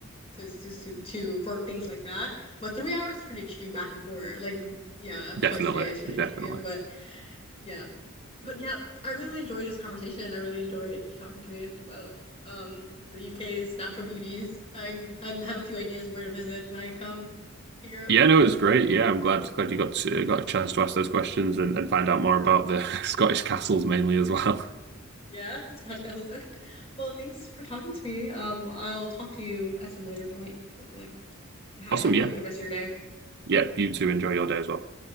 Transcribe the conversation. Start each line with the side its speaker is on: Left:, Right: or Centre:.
Left: to to to, to for things like that. But three hours is pretty extreme back and forth. Like yeah,
Right: Definitely,
Left: twice a day is pretty
Right: definitely.
Left: extreme, but. Yeah. But yeah, I really enjoyed this conversation. I really enjoyed you talking to me about um the UK's natural beauties. I I have a few ideas where to visit when I come to Europe.
Right: Yeah, no, it was great. Yeah, I'm glad glad you got to, got a chance to ask those questions and, and find out more about the <laughs> Scottish castles mainly as well.
Left: Yeah, <laughs> Scotch castles. Okay. Well, thanks for talking to me. Um, I'll talk to you at some later point, hopefully. Yeah, I
Right: Awesome.
Left: hope
Right: Yeah.
Left: you have a good rest of your day.
Right: Yeah. You two enjoy your day as well.